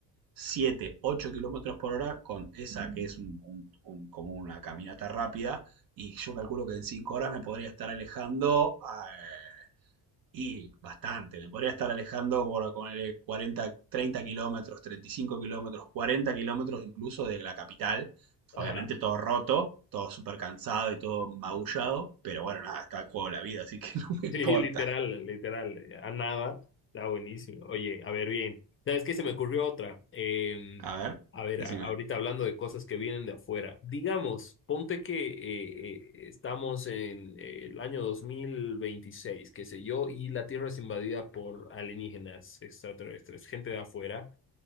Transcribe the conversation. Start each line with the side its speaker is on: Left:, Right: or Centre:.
Right: 7 8 kilómetros por hora con esa que es un- un- un- como una caminata rápida, y yo calculo que en 5 horas me podría estar alejando a Eh, y bastante, me podría estar alejando por ponerle 40, 30 kilómetros, 35 kilómetros, 40 kilómetros incluso de la capital. Obviamente
Left: Ajá. <laughs>
Right: todo roto, todo súper cansado y todo magullado, pero bueno, nada, está en juego la vida, así que <laughs> no me importa.
Left: Sí, literal, literal. eh, A nada. Está buenísimo. Oye, a ver, bien. ¿Sabes qué? Se me ocurrió otra. Eh,
Right: A ver,
Left: a ver,
Right: decime.
Left: a- ahorita hablando de cosas que vienen de afuera. Digamos, ponte que eh, eh, estamos en eh, el año 2026, qué sé yo, y la Tierra es invadida por alienígenas extraterrestres, gente de afuera.